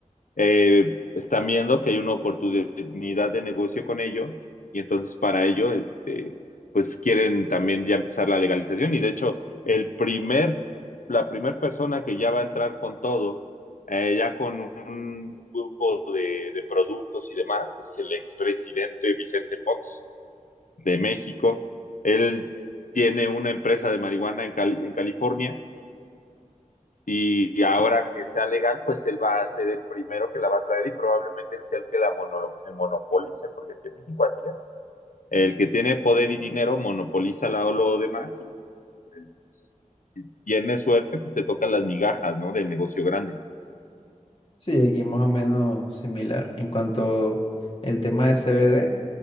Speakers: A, on the left; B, on the left.
A: eh, están viendo que hay una oportunidad de negocio con ello y entonces para ello, este, pues quieren también ya empezar la legalización y de hecho el primer, la primer persona que ya va a entrar con todo, eh, ya con un grupo de, de productos y demás, es el expresidente Vicente Fox de México. Él tiene una empresa de marihuana en Cali- en California y ahora que sea legal, pues él va a ser el primero que la va a traer y probablemente él sea el que la mono, monopolice, porque aquí en México así es. El que tiene poder y dinero monopoliza la, lo demás y pues, si tienes suerte, pues te tocan las migajas, ¿no? Del negocio grande.
B: Sí, aquí es más o menos similar. En cuanto el tema de CBD,